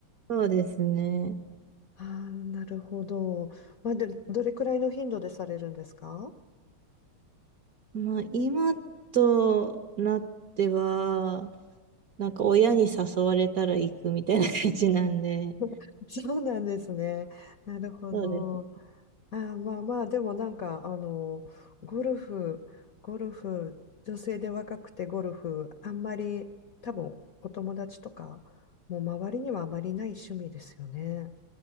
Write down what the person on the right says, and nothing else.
そうですね。
まあ今となっては、なんか親に誘われたら行くみたいな感じなんで、
そうです